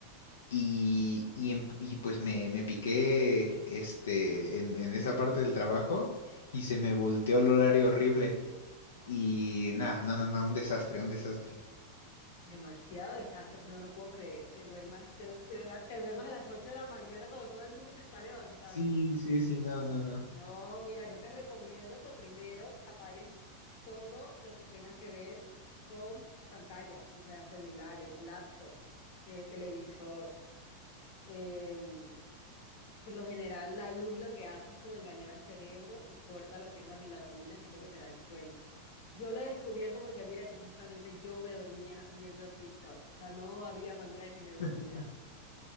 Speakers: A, on the left; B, on the left.
A: Y, y, em- y pues me, me piqué este, en, en esa parte del trabajo y se me volteó el horario horrible. Y nada, no, no, no, un desastre, un desastre.
B: Demasiado desastre, eso no lo puedo creer, que duermas, te, de verdad, te duermas a las 8 de la mañana cuando todo el mundo se está levantando.
A: Sí, sí, sí, no, no, no.
B: No, mira, yo te recomiendo que primero apagues todo lo que tenga que ver con pantallas, o sea, celulares, laptop, eh, televisor. Em, por lo general, la luz lo que hace es como engañar al cerebro y corta lo que es la melatonina, que es lo que te da el sueño. Yo lo he descubierto porque mira que justamente yo me dormía viendo TikTok, o sea, no había manera de que
A: <laughs>
B: me durmiera.